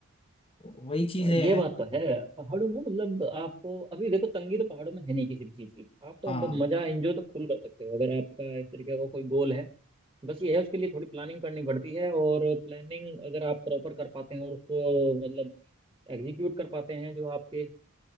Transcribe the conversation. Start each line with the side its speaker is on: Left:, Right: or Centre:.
Left: वही चीजें
Right: हाँ, ये
Left: हैं
Right: बात तो है पहाड़ों में मतलब आपको अभी देखो तंगी तो पहाड़ों में है नहीं किसी भी चीज की आप तो
Left: हाँ
Right: अब मजा एंजॉय तो फुल कर सकते हो अगर आपका इस तरीके का कोई गोल है बस ये है उसके लिए थोड़ी प्लानिंग करनी पड़ती है और प्लानिंग अगर आप प्रॉपर कर पाते हैं और उसको मतलब एग्जीक्यूट कर पाते हैं जो आपके